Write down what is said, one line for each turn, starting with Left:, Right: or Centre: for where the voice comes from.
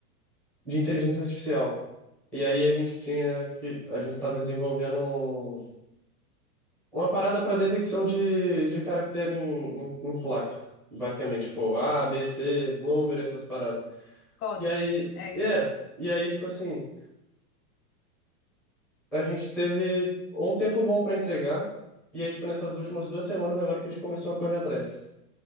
Centre: de inteligência artificial. E aí a gente tinha que, a gente estava desenvolvendo um- uma parada para detecção de, de caractere em, em, em placa. Basicamente, tipo, A, B, C, número, essas paradas.
Left: código,
Centre: E aí,
Left: é
Centre: é,
Left: isso.
Centre: e aí, tipo assim. a gente teve um tempo bom pra entregar, e aí, tipo, nessas últimas duas semanas agora que a gente começou a correr atrás.